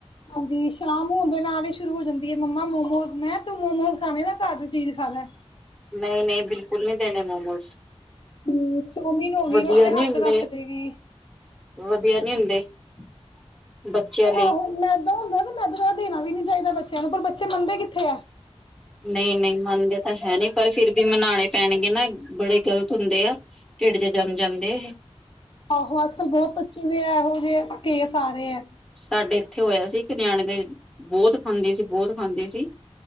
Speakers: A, on the left; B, in the centre.
A: ਹਾਂਜੀ, ਸ਼ਾਮ ਹੋਣ ਦੇ ਨਾਲ ਹੀ ਸ਼ੁਰੂ ਹੋ ਜਾਂਦੀ ਹੈ ਮੰਮਾ ਮੋਮੋਸ ਮੈਂ ਤੂੰ ਮੋਮੋਸ ਖਾਣੇ ਨਾ ਘਰ ਦੀ ਚੀਜ਼ ਖਾ ਲੈ।
B: ਨਹੀਂ-ਨਹੀਂ ਬਿਲਕੁਲ ਨਹੀਂ ਦੇਣੇ ਮੋਮੋਸ,
A: ਹੂੰ ਚੌਮਿਨ ਹੋ ਗਈ
B: ਵਧੀਆ
A: ਉਹ ਤੇ
B: ਨਹੀਂ
A: ਹੱਥ
B: ਹੁੰਦੇ
A: ਰੱਖ ਦੇਗੀ।
B: ਵਧੀਆ ਨਹੀਂ ਹੁੰਦੇ। <inaudible> ਲਈ
A: ਆਹੁ ਮੈਦਾ ਹੁੰਦਾ ਤੇ ਮੈਦਾ ਤਾ ਦੇਣਾ ਵੀ ਨੀ ਚਾਹੀਦਾ ਬੱਚਾ ਬੱਚਿਆਂ ਨੂੰ ਪਰ ਬੱਚੇ ਮੰਨਦੇ ਕਿੱਥੇ ਆ।
B: ਨਹੀਂ-ਨਹੀਂ ਮੰਨਦੇ ਤਾਂ ਹੈ ਨਹੀਂ ਪਰ ਫਿਰ ਵੀ ਮਨਾਣੇ ਪੈਣਗੇ ਨਾ ਬੜੇ ਗ਼ਲਤ ਹੁੰਦੇ ਆ। ਢਿੱਡ ਚ ਜੰਮ ਜਾਂਦੇ ਇਹ
A: ਆਹੋ ਅੱਜ-ਕਲ ਬਹੁਤ <unintelligible> ਇਹੋ ਜਿਹੇ ਕੇ ਸਾਰੇ ਹੈ।
B: ਸਾਡੇ ਇੱਥੇ ਹੋਇਆ ਸੀ ਨਿਆਣੇ ਦੇ ਬਹੁਤ ਖਾਂਦੀ ਸੀ ਬਹੁਤ ਖਾਂਦੀ ਸੀ